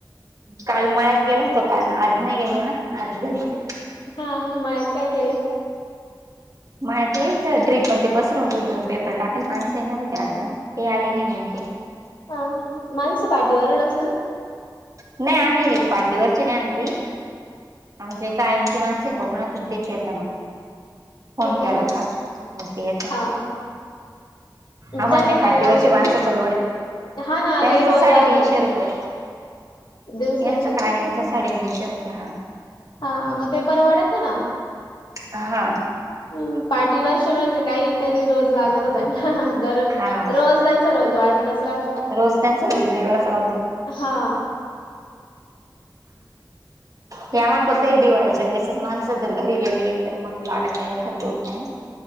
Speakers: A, on the right; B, on the left.
A: काल मळ्यात गेलो होतो. काल आज नाही गेलो ना, आज घरीच आहे.
B: हा, मळ्यात काय केलं?
A: म तेच ड्रीप पण ते पसरवत होत, पेपर टाकायला माणसं येणार होते. आजना, ते आले नाही. नेमके,
B: हा माणसं, पाठीवरूनच ना,
A: नाही आम्ही नाही पाठीवरचे नाही, आणती आमच्या कायमची मानसिकआहेत, कोकना तून त्याची आहेेत मग. फोन
B: हा
A: केला
B: हा
A: का, मग ते येतात.
B: हा हा.
A: आ म्हण
B: त्यांना
A: नाही
B: काय
A: पाटीवरची
B: रोज आहे
A: माणसं,
B: मग
A: परवड
B: हा ना
A: त्यांचं
B: लई रोज
A: साडेतीनशे
B: राहतो
A: रुपये,
B: दिवसाचे
A: यांचं कायमचा,
B: का?
A: साडेतीनशे रुपये हा,
B: हा, म ते परवाडाचा ना,
A: हा,
B: ह पाठी वर्ष म्हणजे, काहीतरी रोज लागत. हो त्यांना दर
A: हा
B: रोज त्यां सर्वज वाढतच राहतो.
A: रोज त्यांचा <unintelligible> वेगळा अस करतो.
B: हा,
A: ते आम्हाला फक्त हे दिवाळीच्यासच माणस, जर घरी गेले तर मग लागचा एखाद दोन टाइम,